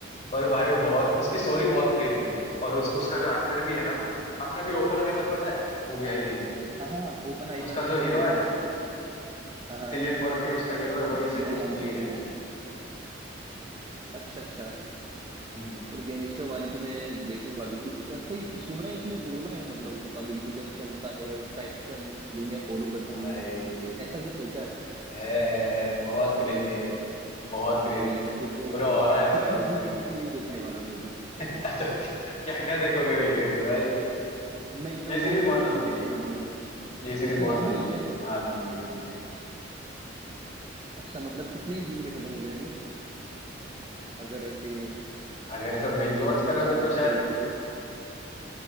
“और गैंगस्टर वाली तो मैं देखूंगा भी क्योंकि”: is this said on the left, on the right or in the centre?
Right